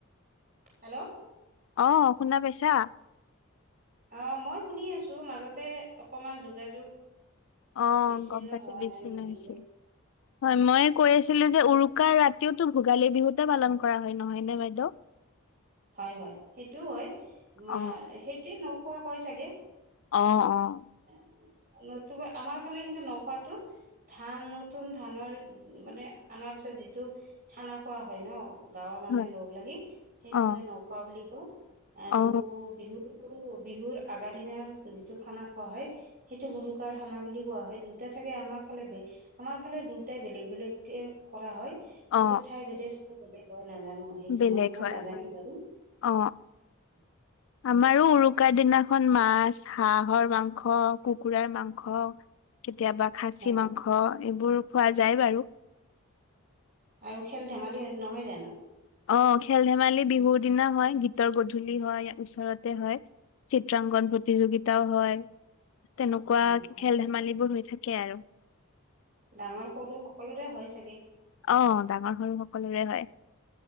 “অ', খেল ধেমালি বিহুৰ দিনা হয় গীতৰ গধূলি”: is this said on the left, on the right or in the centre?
Left